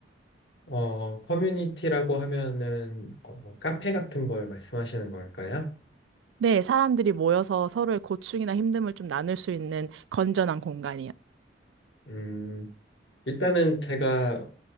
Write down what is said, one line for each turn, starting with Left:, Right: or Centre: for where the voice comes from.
Left: 어, 커뮤니티라고 하면은 어, 카페 같은 걸 말씀하시는 걸까요?
Right: 네, 사람들이 모여서 서로의 고충이나 힘듦을 좀 나눌 수 있는 건전한 공간이요.
Left: 음, 일단은 제가